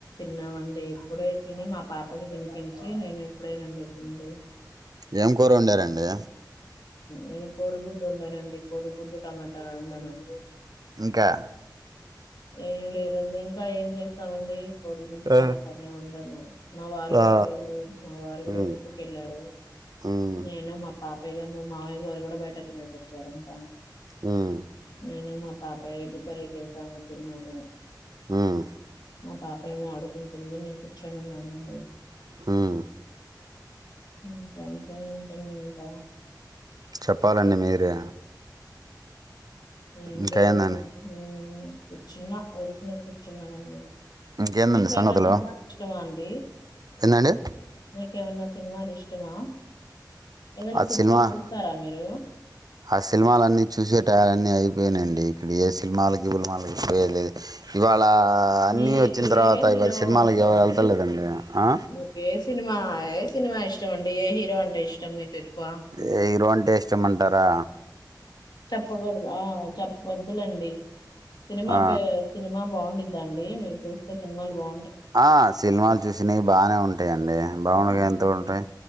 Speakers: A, on the left; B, on the right.
A: తిన్నామండి ఇప్పుడే తిని మా పాపకి తినిపించి నేను ఎప్పుడేనండి తిందు
B: ఎం కూర వొండారండి
A: నేను కోడిగుడ్డు వొండానండి కోడిగుడ్డు టమాటా వొండానండి
B: ఇంకా
A: ఏం లేదండి ఇంకా ఏం చేస్తామండి కోడిగుడ్డు
B: ఆ
A: టమాట నే వొండాను. మా వారు కూడా
B: ఆ
A: లేరు మా వారు కూడా
B: మ్మ్
A: డ్యూటీకి వెళ్ళారు
B: మ్మ్
A: నేను మా పాపయ్య గారు మావయ్య గారు కూడా బయట తినేసి వచ్చారంట
B: మ్మ్
A: నేను మా పాప ఎగ్గు కర్రీ చేసాము తిన్నాము
B: మ్మ్
A: మా పాప ఏమో ఆడుకుంటుంది నేను కూర్చొని ఉన్నానండి
B: మ్మ్
A: ఇంకా అంతా ఏంటండి ఇంకా
B: చెప్పాలండి మీరే
A: ఏం
B: ఇంకేందండి
A: లేదండి మ్మ్ చిన్న ఓడు నను కూర్చున్నానండి
B: ఇంకేందండి
A: మీకేమనా
B: సంగతులు
A: సినిమా ఇష్టమా అండి ఏ
B: ఏందండి
A: మీకేమన్నా సినిమలు ఇష్టమా ఏదైనా
B: ఆ
A: సినిమాలు
B: సినిమా
A: చూస్తారా మీరు
B: ఆ సినిమాలన్నీ చూసే టయాల అన్నీ అయిపోయినండి ఇక్కడ ఏ సినిమాలకి గిలమాలకి పోయలేదు ఇవాళ ఇలా అన్ని
A: మీకు
B: వచ్చిన తర్వాత
A: ఏ హీరో
B: ఇవాళ సినిమాలకి
A: ఇష్టమండి?
B: ఎవరు వెళ్తలేదండి ఆ
A: మీకు ఏ సినిమా ఏ సినిమా ఇష్టం అండి ఏ హీరో అంటే ఇష్టం మీకు ఎక్కువ?
B: ఏ హీరో అంట్ టేష్టమంటారా
A: చెప్పకూడదు ఆ చెప్పద్దు వద్దులెండి సినిమా
B: ఆ
A: పేర్ సినిమా బాగుండిద్దా అండి మీరు చూస్తే సినిమాలు బా
B: ఆ సినిమాలు చూసినై బానే ఉం అంతే అండి బాగుండగా
A: హ్మ్.
B: ఎందుకు న్టై